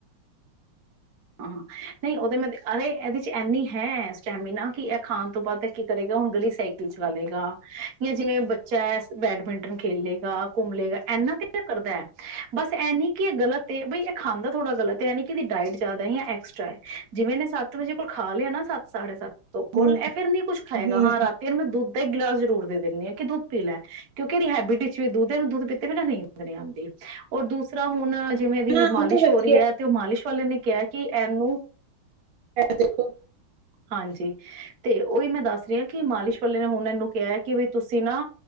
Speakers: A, on the right; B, on the right.
A: ਹਾਂ ਨਹੀਂ ਉਹਦੇ ਮੈਂ ਅ ਇਹਦੇ ਚ ਇੰਨੀ ਹੈ ਸਟੈਮੀਨਾ ਕਿ ਖਾਣ ਤੋਂ ਬਾਅਦ ਕੀ ਕਰੇਗਾ ਹੁਣ ਗਲੀ ਸਾਈਕਲ ਚਲਾ ਲਏਗਾ ਜਾਂ ਜਿਵੇਂ ਬਚ ਚਾਏ ਏਸ ਬੈਡਮਿੰਟਨ ਖੇਲੇਗਾ ਘੁੰਮਲੇਗਾ ਇੰਨਾ ਕਿਥੇ ਕਰਦਾ ਐ। ਬਸ ਐ ਨੀਂ ਕਿ ਗਲਤ ਏ ਬਈ ਇਹ ਖਾਂਦਾ ਥੋੜਾ ਗਲਤ ਐਨੀਂ ਕਿ ਜ਼ਿਆਦਾ ਹੀ ਐਕਸਟਰਾ ਐ ਜਿਵੇਂ ਏਨੇਂ ਸੱਤ ਵਜੇ ਕੋਲ ਖਾ ਲਿਆ ਨਾ ਸੱਤ ਸਾਢੇ ਸੱਤ ਤੋਂ
B: ਹੂੰ
A: ਕੋਲ ਇਹ ਫਿਰ ਨੀ ਕੁਝ ਖਾਏਗਾ
B: ਹੂੰ
A: ਹਾਂ, ਰਾਤੀ ਉਹ ਨੂੰ ਮੈਂ ਦੁੱਧ ਇੱਕ ਗਿਲਾਸ ਜ਼ਰੂਰ ਦੇ ਦਿੰਦੀ ਆਂ ਕਿ ਦੁੱਧ ਪੀ ਲੈ, ਕਿਉਂਕਿ ਇਹਦੀ ਹੈਬਿਟ ਵਿੱਚ ਵੀ ਦੁੱਧ ਇਹਨੂੰ ਦੁੱਧ ਪੀਤੇ ਬਿਨਾਂ ਨੀਂਦ ਨੀਂ ਆਂਦੀ ਔਰ ਦੂਸ ਤਰ੍ਹਾਂ ਹੁਣ ਜਿਵੇਂ ਦੀ
B: ਹਾਂ
A: ਮਾਲਿਸ਼
B: ਉਹ ਤਾਂ ਵਧੀਆ
A: ਹੋ ਰਹੀ ਐ ਤੇ ਉਹ ਮਾਲਿਸ਼ ਪਾਲੇ ਨੀਂ ਕਿਆ ਕਿ ਇਹਨੂੰ
B: ਦੇਖੋ
A: ਹਾਂਜੀ ਤੇ ਉਹੀ ਮੈਂ ਦੱਸ ਦੱਸ ਰਏ ਕਿ ਮਾਲਿਸ਼ ਵਾਲੇ ਨੇ ਹੁਣ ਇਹਨੂੰ ਕਿਹਾ ਕਿ ਬਈ ਤੁਸੀਂ ਨਾ